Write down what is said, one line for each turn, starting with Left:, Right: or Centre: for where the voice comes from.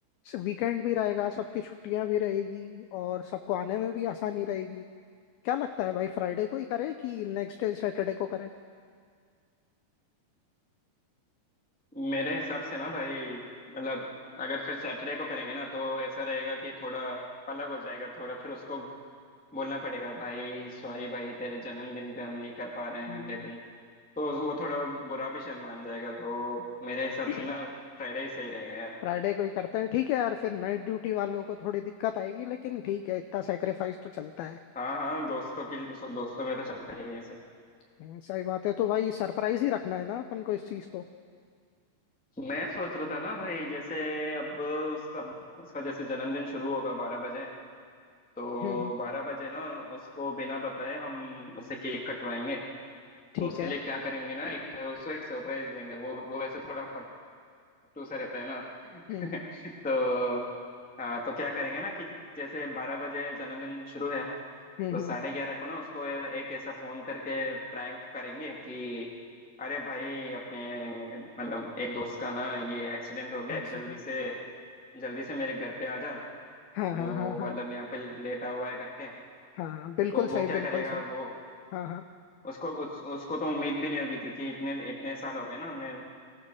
Left: वीकेंड भी रहेगा सबकी छुट्टियां भी रहेगी और सबको आने में भी आसानी रहेगी क्या लगता है भाई फ्राइडे को ही करें कि नेक्स्ट डे सैटरडे को करें
Centre: मेरे हिसाब से ना भाई मतलब अगर फिर सैटरडे को करेंगे ना तो ऐसा रहेगा कि थोड़ा अलग हो जाएगा थोड़ा फिर उसको बोलना पड़ेगा भाई सॉरी भाई तेरे जन्मदिन पे हम नहीं कर पा रहे हैं
Left: हम्म
Centre: अगले दिन तो वो थोड़ा बुरा भी शर्मान जाएगा तो मेरे हिसाब
Left: <clears throat>
Centre: से ना फ्राइडे ही सही रहेगा यार
Left: फ्राइडे को ही करते हैं ठीक है यार फिर नाइट ड्यूटी वालों को थोड़ी दिक्कत आएगी लेकिन ठीक है इतना सेक्रीफाइस तो चलता है
Centre: हाँ हाँ दोस्तों की दोस्तों में तो चलता ही है ये सब
Left: हम्म, सही बात है तो भाई सरप्राइज ही रखना है ना अपन को इस चीज को
Centre: मैं सोच रहा था ना भाई जैसे अब उसका उसका जैसे जन्मदिन शुरू होगा बारह बजे तो
Left: हम्म हम्म,
Centre: बारह बजे ना उसको बिना बताए हम उसे केक कटवाएंगे
Left: ठीक
Centre: तो उसके
Left: है
Centre: लिए क्या करेंगे ना एक उसको एक सरप्राइज देंगे वो वो वैसे थोड़ा फट्टू सा रहता है ना <laughs>
Left: हम्म हम्म
Centre: तो हाँ तो क्या करेंगे ना कि जैसे बारह बजे जन्मदिन शुरू है
Left: हम्म
Centre: तो साढ़े
Left: हम्म
Centre: ग्यारह को ना उसको ए- एक ऐसा फोन करके प्रैंक करेंगे कि अरे भाई अपने मतलब एक दोस्त का ना ये एक्सीडेंट हो गया
Left: एक्सीडेंट
Centre: है, जल्दी से जल्दी से मेरे घर पे आ जा
Left: हाँ
Centre: वो
Left: हाँ हाँ हाँ
Centre: मतलब यहाँ पे लेटा हुआ है करके
Left: हाँ हाँ, बिल्कुल
Centre: तो
Left: सही
Centre: वो
Left: बिल्कुल
Centre: क्या करेगा
Left: सही
Centre: वो
Left: हाँ हाँ
Centre: उसको उस, उसको तो उम्मीद भी नहीं होगी क्योंकि इतने इतने साल हो गए ना हमने